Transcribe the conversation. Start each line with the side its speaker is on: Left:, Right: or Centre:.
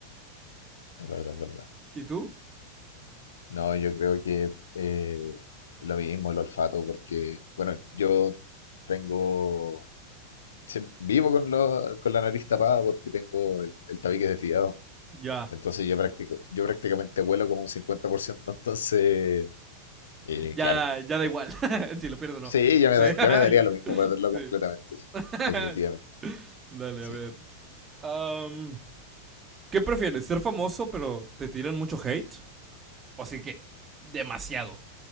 Left: Es verdad, es verdad.
Right: ¿Y tú?
Left: No, yo creo que eh, lo mismo, el olfato, porque, bueno, yo tengo, sí, vivo con, lo- con la nariz tapada porque tengo el, el tabique desviado.
Right: Ya.
Left: Entonces yo, practico, yo prácticamente huelo como un 50%. entonces, eh,
Right: Ya,
Left: claro.
Right: ya da
Left: eh,
Right: igual. <laughs> si lo pierdo no.
Left: sí,
Right: <laughs>
Left: ya me,
Right: Sí,
Left: da-
Right: ya.
Left: ya me daría lo mismo perderlo
Right: Sí.
Left: completamente,
Right: <laughs>
Left: sí, definitivamente.
Right: Dale,
Left: Sí,
Right: a ver. Am, ¿Qué prefieres? ¿Ser famoso pero te tiran mucho hate? O sea que demasiado,